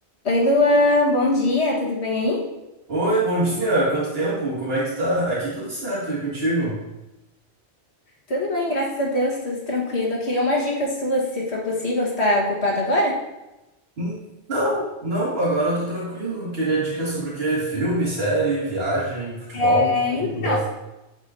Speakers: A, on the left (about 75°); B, on the right (about 65°).
A: Oi, Luan, bom dia, tudo bem aí?
B: Oi, bom dia. Quanto tempo? Como é que tu tá? Aqui tudo certo e contigo?
A: Tudo bem, graças a Deus, tudo tranquilo. Eu queria umas dicas suas, se for possível, você está ocupado agora?
B: Hum, Não, não, agora eu tô tranquilo. Queria dicas sobre o quê? Filme, série, viagem, futebol?
A: É,
B: O que
A: então,
B: tu gosta?